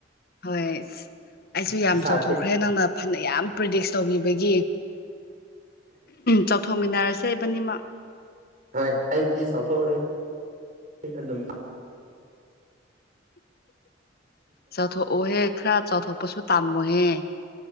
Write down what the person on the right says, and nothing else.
ꯏꯁꯥꯁꯦ
ꯍꯣꯏ ꯑꯩꯕꯨꯗꯤ ꯆꯥꯎꯊꯣꯛꯑꯔꯣꯏ ꯑꯗꯨꯝ